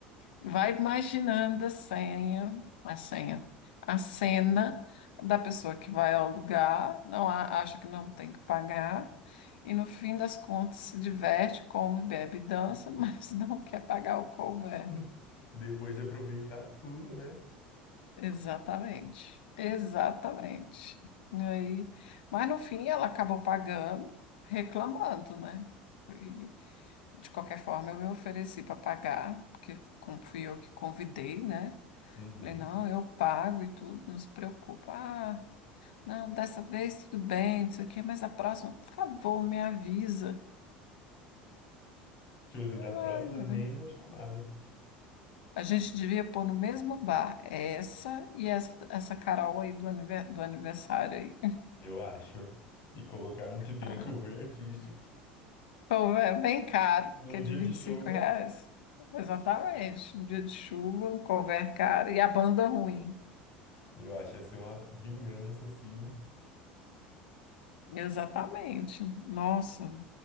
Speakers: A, on the left; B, on the left.
A: Vai imaginando a senha, a senha, a cena da pessoa que vai ao lugar, não a- acha que não tem que pagar, e no fim das contas se diverte, come, bebe e dança, mas <laughs> não quer pagar o couvert.
B: <laughs> depois de aproveitar tudo, né?
A: Exatamente, exatamente. E aí, mas no fim ela acabou pagando, reclamando, né? E, de qualquer forma, eu me ofereci para pagar, porque com- fui eu que convidei, né?
B: Uhum.
A: Falei, não, eu pago e tudo, não se preocupa. Ah, não, dessa vez tudo bem, não sei o quê, mas a próxima, por favor, me avisa.
B: Tipo assim, da
A: Ai,
B: próxima
A: meu-
B: nem vou chamar, né?
A: a gente devia pôr no mesmo bar essa e essa, essa Carol aí do anive- do aniversário aí.
B: Eu acho. E colocar num que tenha
A: <laughs>
B: cover artístico,
A: Pô, é bem caro,
B: num
A: que é
B: dia
A: de 25
B: de chuva,
A: reais. Exatamente. Um dia de chuva, um couvert caro e a banda ruim.
B: eu acho que ia ser uma vingança, assim
A: Exatamente. Nossa,